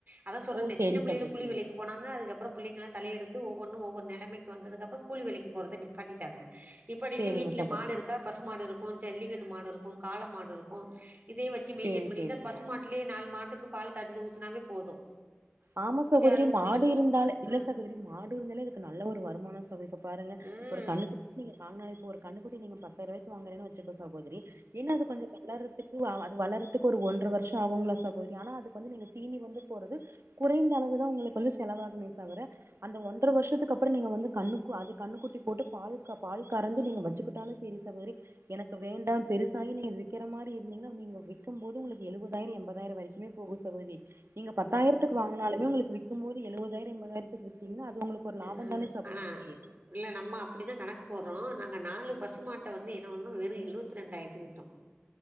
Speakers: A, on the right (about 45°); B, on the right (about 85°).
A: அதான் சொல்றனே
B: ஓ சேரி
A: சின்ன புள்ளையில
B: சகோதரி
A: கூலி வேலைக்கு போனங்க அதுக்கப்புற பிள்ளைகளாம் தல எடுத்து ஒவ்வொன்னும் ஒவ்வொரு நிலைமைக்கு வந்ததுக்கு அப்புறம் கூலி விலைக்கு போறதை நிப்பாட்டிட்டாங்க நிப்பாடிட்டு
B: சேரிங்க
A: வீட்டுல
B: சகோதரி
A: மாடு இருக்கா பசு மாடு இருக்கும் ஜல்லிக்கட்டு மாடு இருக்கும் கால மாடு இருக்கும் இதே வச்சு மெய்டென்
B: சேரி
A: பண்ணிட்டு
B: சேரிங்க
A: பசுமாட்டுலேயே நாலு மாட் எதுக்கு பால் கறந்து உ உதுனாவே போதும்
B: ஆமா சகோதரி
A: அதுக்கு
B: மாடு
A: புல்லுக்கு
B: இருந்தாலே இல்ல
A: ஆ
B: சகோதரி மாடு இருந்தாலே இதுக்கு நல்ல ஒரு வருமானம் சகோதரி பாருங்க
A: ம்
B: ஒரு
A: ம்
B: கண்ணுக்கு நீங்க கா கண்ணுகுட்டி நீங்கபத்தாயிரம் ரூபாய்க்கு வாங்கற சகோதரி என்ன அது கொஞ்சம் வளறத்துக்கு அது வளரத்துக்கு ஒரு ஒன்றரை வருஷம் ஆகுங்களா சகோதரி ஆனா அதுக்கு வந்து நீங்க தீனி வந்து போறது குறைந்த அளவுதான் உங்களுக்கு வந்து செலவாகுமே தவிர அந்த ஒன்றரை வருஷத்துக்கு அப்புறம் நீங்க வந்து கண்ணுக்கு அது கண்ணுக்குட்டி போட்டு பால் பால் கறந்து நீங்க வச்சுக்கிட்டாலும் சேரி சகோதரி எனக்கு வேண்டாம் பெருசாகி நீங்க விக்கிற மாரி இருந்தீங்கன்னா நீங்க விக்கும் போது உங்களுக்கு எழுவதாயிரம் எண்பதாயிரம் வரைக்குமே போகும் சகோதரி நீங்க
A: ம்
B: பத்தாயிரத்து வாங்குனாலுமே உங்களுக்கு விக்கும் போது எழுபதாயிரம் எண்பதாயிரத்துக்கு வித்திங்கனா அது உங்களுக்கு ஒரு
A: உம்
B: லாபம் தானே சகோதரி
A: ஆனா இல்ல நம்ம அப்படித்தான் கணக்கு போடுறோம் நாங்க நாலு பசுமாட்டை வந்து என்ன ஒன்னு வெறும் எழுவத்தி ரெண்டாயிரத்து வித்தோம்